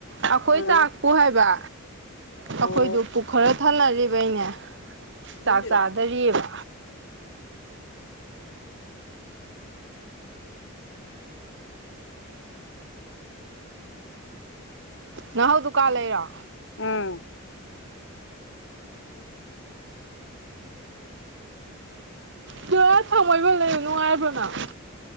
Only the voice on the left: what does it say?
ꯑꯥ
ꯑꯣ
ꯐꯤꯂꯝꯒꯤꯔꯣ
ꯎꯝ